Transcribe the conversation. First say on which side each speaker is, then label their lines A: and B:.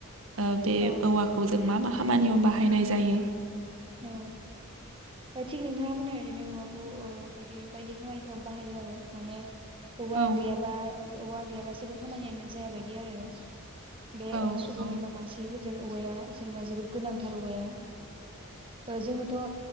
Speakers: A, on the right; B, on the right.
A: ओ‌ बे
B: औ,
A: औवाखौ जों मा मा खामानियाव बाहायनाय जायो।
B: औ। थिग नोंथाङा बुंनाय बिदिनो औवाखौ ओ बिदि बायदि खामानिफोराव बाहायो आरो माने औवा
A: औ
B: गैयाबा औवा गैयाबा जेबो खामानियानो जाया बायदि आरो। बे
A: औ
B: ओ‌ सुबुं
A: औ
B: एबा मानसिफोरजों औवाया जेनेबा जोबोद गोनांथार औवाया ओ जोंनोथ' ओ